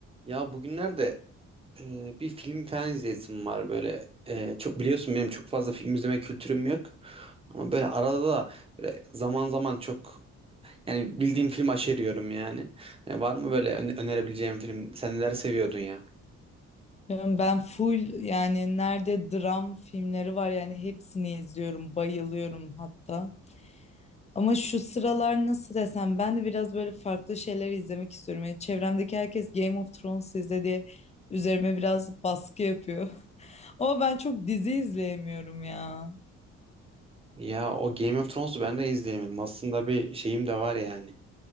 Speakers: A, on the right; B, on the left.
A: Ya bugünlerde e, bir film falan izleyesim var böyle. E, çok biliyorsun benim çok fazla film izleme kültürüm yok. Ama böyle arada da böyle zaman zaman çok yani bildiğim film aşeriyorum yani. E, var mı böyle öne- önerebileceğim film? Sen neler seviyordun ya?
B: Yani Ben full yani nerede dram filmleri var yani hepsini izliyorum, bayılıyorum hatta. Ama şu sıralar nasıl desem ben de biraz böyle farklı şeyler izlemek istiyorum. Yani çevremdeki herkes Game of Thrones izle diye üzerime biraz baskı yapıyor. <laughs> Ama ben çok dizi izleyemiyorum ya.
A: Ya o Game of Thrones'u ben de izleyemedim. Aslında bir şeyim de var yani.